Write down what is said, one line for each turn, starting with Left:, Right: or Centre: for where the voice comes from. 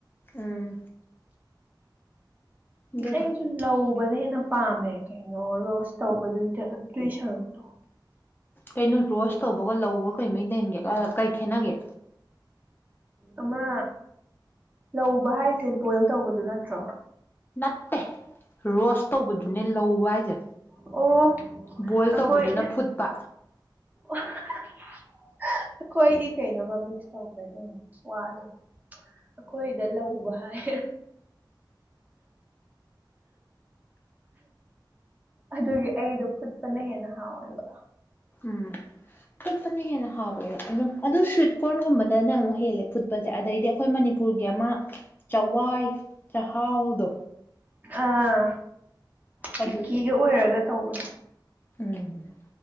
Left: ꯎꯝ ꯑꯗꯨꯗꯣ
Right: ꯑꯩꯁꯨ ꯂꯧꯕꯗ ꯍꯦꯟꯅ ꯄꯥꯝꯃꯦ ꯀꯩꯅꯣ ꯔꯣꯁ ꯇꯧꯕꯗꯨꯗ ꯑꯗꯨꯏ ꯁꯔꯨꯛꯇꯣ
Left: ꯀꯩꯅꯣ ꯔꯣꯁ ꯇꯧꯕꯒ ꯂꯧꯕꯒ ꯀꯔꯤꯃꯩ ꯂꯩ ꯍꯦꯟꯒꯦ ꯀꯩ ꯈꯦꯠꯅꯒꯦ
Right: ꯑꯃ ꯂꯧꯕ ꯍꯥꯏꯁꯦ ꯕꯣꯏꯜ ꯇꯧꯕꯗꯨ ꯅꯠꯇ꯭ꯔꯣ
Left: ꯅꯠꯠꯇꯦ ꯔꯣꯁ ꯇꯧꯕꯗꯨꯅꯦ ꯂꯧꯕ ꯍꯥꯏꯁꯦ
Right: ꯑꯣ
Left: ꯕꯣꯏꯜ
Right: ꯑꯩꯈꯣꯏ
Left: ꯇꯧꯕꯗꯨꯅ ꯐꯨꯠꯄ
Right: ꯑꯩꯈꯣꯏꯒꯤ ꯀꯩꯅꯣꯒ ꯃꯤꯛꯁ ꯇꯧꯈ꯭ꯔꯗꯣꯏꯅꯦ ꯋꯥꯗꯣ ꯑꯩꯈꯣꯏꯗ ꯂꯧꯕ ꯍꯥꯏ ꯑꯗꯨꯒꯤ ꯑꯩꯗꯣ ꯐꯨꯠꯄꯅ ꯍꯦꯟꯅ ꯍꯥꯎꯋꯦꯕ
Left: ꯎꯝ ꯐꯨꯠꯄꯅ ꯍꯦꯟꯅ ꯍꯥꯕ꯭ꯔꯦ ꯑꯗꯨꯝ ꯑꯣ ꯁ꯭ꯋꯤꯠ ꯀꯣꯔꯟꯒꯨꯝꯕꯅꯅ ꯑꯃꯨꯛ ꯍꯦꯜꯂꯦ ꯐꯨꯠꯄ ꯑ ꯑꯗꯩꯗꯤ ꯑꯩꯈꯣꯏ ꯃꯅꯤꯄꯨꯔꯒꯤ ꯑꯃ ꯆꯋꯥꯏ ꯆꯥꯛꯍꯥꯎꯗꯣ
Right: ꯑꯥ ꯐꯤꯀꯤꯒ
Left: ꯑꯗꯨꯁꯨ
Right: ꯑꯣꯏꯔꯒ ꯇꯧꯕꯗꯣ
Left: ꯎꯝ